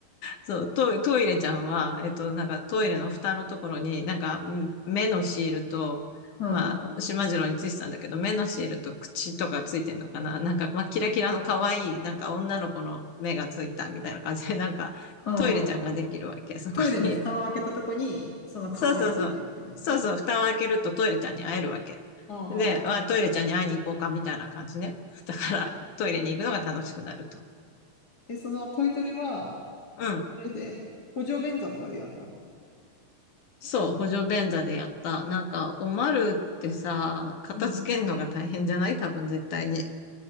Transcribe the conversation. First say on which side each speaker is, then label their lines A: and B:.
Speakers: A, on the left; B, on the left.
A: そう、トイ、トイレちゃんは、えっと、なんかトイレの蓋のところに、なんかん目のシールと、
B: うん。
A: まあ、しまじろうについてたんだけど、目のシールと口とかついてんのかななんか、まあ、キラキラの可愛い、なんか女の子の目がついたみたいな感じで、<laughs> なんか、
B: うん。
A: トイレちゃんができるわけ、そこに。
B: トイレの蓋を開けたとこに、その顔ができってるって感じね。
A: そうそうそう。そうそう、蓋を開けるとトイレちゃんに会えるわけ。
B: うんうん。
A: で、あ、トイレちゃんに会いに行こうか、みたいな感じね。だから、トイレに行くのが楽しくなると。
B: で、そのトイトレは、
A: うん。
B: あれで、補助便座とかでやったの。
A: そう、補助便座でやった。なんか、おまるってさ、片付けるのが大変じゃない多分絶対に。
B: うん。